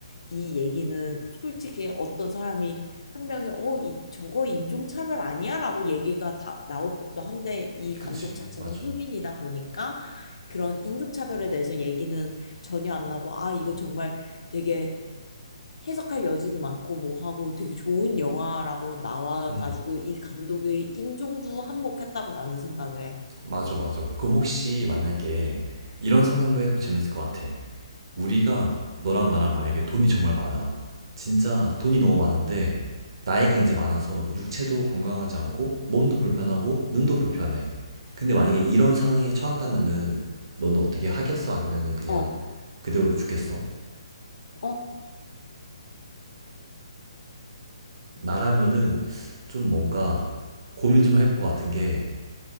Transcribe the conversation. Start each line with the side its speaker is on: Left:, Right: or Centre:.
Left: 이 얘기는 솔직히 어떤 사람이 한 명이 어, 이, 저거 인종차별 아니야? 라고 얘기가 다 나올 법도 한데 이 감독
Right: 그치.
Left: 자체가
Right: 맞아.
Left: 흑인이다 보니까 그런 인종차별에 대해서 얘기는 전혀 안 나고 아, 이거 정말 되게 해석할 여지도 많고 뭐 하고 되게 좋은 영화라고 나와가지고
Right: 음.
Left: 이 감독의 인종도 한몫했다고 나는 생각을 해.
Right: 맞아, 맞아. 그럼 혹시 만약에 이런 상상도 해보면 재밌을 것 같아. 우리가 너랑 나랑 만약에 돈이 정말 많아. 진짜 돈이 너무 많은데 나이가 이제 많아서 육체도 건강하지 않고 몸도 불편하고 눈도 불편해. 근데 만약에 이런 상황에 처한다면은 너는 어떻게 하겠어? 아니면은 그냥
Left: 어,
Right: 그대로 죽겠어?
Left: 어,
Right: 나라면은 좀 뭔가 고민 좀 해볼 것 같은 게